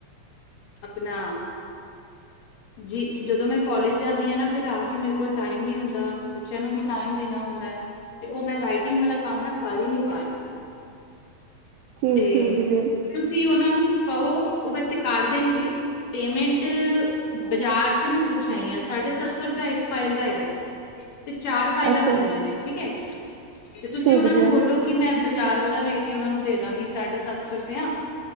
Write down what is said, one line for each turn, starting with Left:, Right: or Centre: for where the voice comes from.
Left: ਆਪਣਾ ਜੀ ਜਦੋਂ ਮੈਂ ਕੋਲਜ ਜਾਂਦੀ ਆ ਨਾ ਫਿਰ ਆ ਕੇ ਮੇਰੇ ਕੋਲ ਟਾਈਮ ਨਹੀਂ ਹੁੰਦਾ ਬੱਚਿਆਂ ਨੂੰ ਵੀ ਟਾਈਮ ਦੇਣਾ ਹੁੰਦਾ। ਤੇ ਉਹ ਮੈਂ ਰਾਈਟਿੰਗ ਵਾਲਾ ਕੰਮ ਨਾ ਕਰ ਹੀ ਨੀ ਪਾ ਰਹੀ।
Right: ਠੀਕ
Left: ਤੇ
Right: ਠੀਕ ਜੀ
Left: ਤੁਸੀਂ ਉਹਨਾਂ ਨੂੰ ਕਵੋ ਉਹ ਵੈਸੇ ਕਰ ਦੇਣਗੇ। ਪੇਮੈਂਟ ਬਾਜ਼ਾਰ ਤੇ ਮੈਂ ਪੁੱਛ ਆਈ ਆ ਸਾਢੇ ਸੱਤ ਸੌ ਰੁਪਆ ਇੱਕ ਫਾਈਲ ਦਾ ਹੈਗਾ। ਤੇ ਚਾਰ ਫਾਈਲਾਂ
Right: ਅੱਛਾ
Left: ਬਣਨੀਆਂ ਨੇ ਠੀਕ ਹੈ ਤੇ ਤੁਸੀਂ
Right: ਠੀਕ
Left: ਉਹਨਾ
Right: ਜੇ
Left: ਨੂੰ ਬੋਲੋ ਕਿ ਮੈਂ ਬਾਜ਼ਾਰ ਵਾਲਾ ਰੇਟ ਹੀ ਉਹਨਾ ਨੂੰ ਦੇ ਦਾਂਗੀ ਸਾਢੇ ਸੱਤ ਸੌ ਰੁਪਇਆ